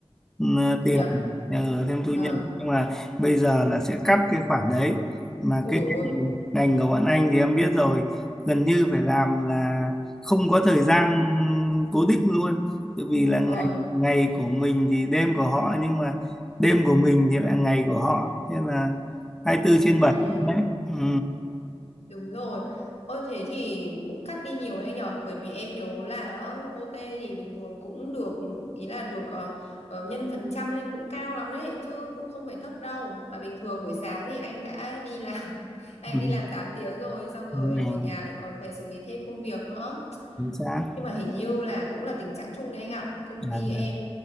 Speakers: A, in the centre; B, on the left.
A: ừ,
B: thu
A: tiền
B: nhập.
A: ờ, thêm thu
B: Vâng.
A: nhập nhưng mà bây giờ là sẽ cắt cái khoản đấy mà
B: Ui
A: cái
B: ôi,
A: ngành của bọn anh thì em biết rồi gần như phải làm là không có thời gian cố định luôn tự vì là
B: vâng,
A: ngày của mình thì đêm của họ nhưng mà đêm của mình thì lại ngày của họ nên là hai mươi tư trên
B: ừ,
A: bảy đấy ừ.
B: đúng rồi. Ôi thế thì cũng cắt đi nhiều đấy nhở, bởi vì em nhớ là OT thì bình thường cũng được, ý là được ờ, ờ, nhân phần trăm lên cũng cao lắm đấy, chứ cũng không phải thấp đâu. Mà bình thường buổi sáng thì anh đã đi làm, <laughs> anh
A: Ừ.
B: đã đi làm 8 tiếng rồi, xong rồi
A: Đúng rồi,
B: về nhà lại còn phải xử lý thêm công việc nữa.
A: chính xác
B: nhưng mà hình như là cũng là tình trạng chung đấy anh ạ công
A: là
B: ty
A: già
B: em